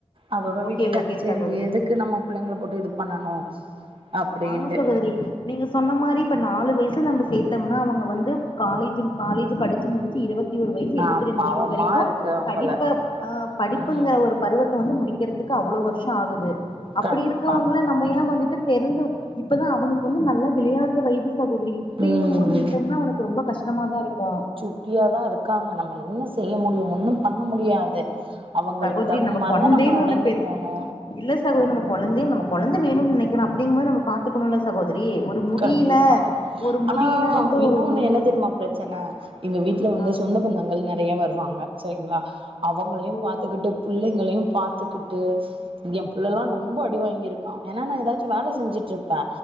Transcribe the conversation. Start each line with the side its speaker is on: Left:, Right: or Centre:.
Right: அதோட
Left: ஓகே
Right: விட்டுட்டே
Left: ஓகே
Right: சரி
Left: சகோதரி
Right: எதுக்கு நம்ம புள்ளைங்கள போட்டு இது பண்ணணு அப்டின்ட்டு
Left: ஆமா சகோதரி நீங்க சொன்ன மாரி இப்ப நாலு வயசுல நம்ப சேத்தம்னா அவங்க வந்து காலேஜும் காலேஜ் படிச்சு முடிச்சு இருபத் தி ஒரு வயசு இருபத்தி
Right: ஆ
Left: ரெண்டு
Right: பாவமா
Left: வயசு வரைக்கு
Right: இருக்கு அவங்கள
Left: படிப்ப ஆ படிப்புங்கற
Right: ம்
Left: ஒருப் பருவத்த வந்து முடிக்கிறதுக்கு அவ்ளோ வருசோ ஆகுது அப்டி
Right: கண்டிப்பா
Left: இருக்கவங்கள நம்ப ஏ வந்துட்டு பெருந்து இப்பதா அவனுக்கு வந்து நல்ல விளையாடுற வயது சகோதிரி அப்பிடிங்கும்
Right: ம்
Left: போது விட்டம்னா ஒனக்கு ரொம்ப கஷ்டமா தா இருக்கு
Right: ட்டியாதா இருக்காங்க நம்ம என்ன செய்ய முடியு ஒன்னும் பண்ண முடியாது அவங்களுக்கு
Left: சகோதரி
Right: தகுந்த மாரி
Left: கொழந்தைன்னு
Right: தா நம்ம நடந்து
Left: ஒண்ணு பெத்
Right: போணு
Left: இல்ல சகோதரி நம்ம கொழந்தேன் நம்ம கொழந்த வேணு நினைக்கறோ அப்படிங்கும் போது நம்ம பாத் த்துக்கணும்ல சகோதரி ஒரு முடியில
Right: கண்டிப்பா
Left: ஒரு
Right: ஆனா
Left: முடியில ரொம்ப
Right: இன்னொன்னு
Left: ஒரு உங்களுக்கு
Right: என்ன
Left: ஒரு
Right: தெரியுமா பிரச்சன எங்க வீட்ல வந்து
Left: ஆ
Right: சொந்த பந்தங்கள் நெறைய வருவாங் சரிங்களா அவங்களையு
Left: ஓ
Right: பாத்துக்கிட்டு புள்ளைங்களையு பாத்துக்கிட்டு ஏ புள்ளெல்லா ரொம்ப அடி வாங்கிருக்கா ஏன்னா நா ஏதாச்சு வேல செஞ்சுட்றுப்பே